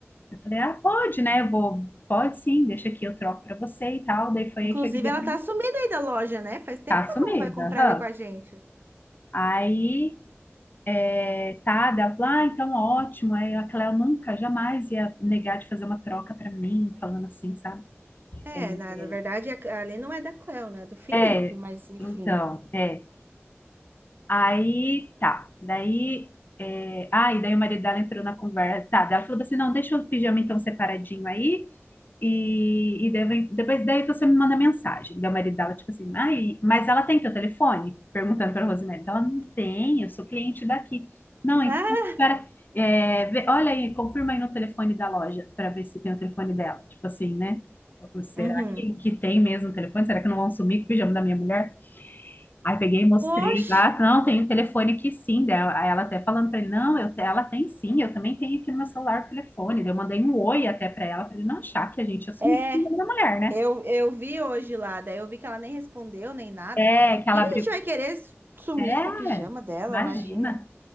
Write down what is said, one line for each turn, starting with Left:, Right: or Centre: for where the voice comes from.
Left: Eu falei, ah, pode, né, eu vou, pode sim, deixa aqui, eu troco para você e tal. Daí foi
Right: Inclusive,
Left: aí que eu liguei
Right: ela
Left: para
Right: tá
Left: você.
Right: sumida aí da loja, né? Faz tempo
Left: Tá
Right: que ela
Left: sumida,
Right: não vai comprar
Left: aham.
Right: ali com a gente.
Left: Aí, é, tá, daí ela falou, ah, então ótimo. Aí a Cléo nunca, jamais ia negar de fazer uma troca para mim, falando assim, sabe?
Right: É,
Left: É,
Right: na, na verdade, a- ali não é da Cleo, né? É do Felipe,
Left: é,
Right: mas enfim.
Left: então, é. Aí tá, daí. É... Ah, e daí o marido dela entrou na conversa. Tá, daí ela falou assim: não, deixa o pijama então separadinho aí. E, e daí eu vou- depois daí você me manda mensagem. Daí o marido dela, tipo assim, ah, e- mas ela tem teu telefone? Perguntando pra Rosemary. Ela não tem, eu sou cliente daqui. Não, então,
Right: Ah,
Left: espera. é, vê- olha aí, confirma aí no telefone da loja pra ver se tem o telefone dela. Tipo assim, né? Será
Right: uhum.
Left: que, que tem mesmo o telefone? Será que não vão sumir com o pijama da minha mulher? Aí peguei e mostrei
Right: Oxe,
Left: lá, não, tem o telefone aqui sim, daí ela aí ela até falando para ele, não, eu, ela tem sim, eu também tenho aqui no meu celular o telefone. Daí eu mandei um oi até para ela, para ele não achar que a gente assumiu
Right: é.
Left: o nome da mulher, né?
Right: Eu, eu vi hoje lá, daí eu vi que ela nem respondeu nem nada.
Left: É, que
Right: E o
Left: ela
Right: que que
Left: abriu,
Right: a gente vai querer sumir
Left: é,
Right: com o pijama dela?
Left: imagina,
Right: Imagina.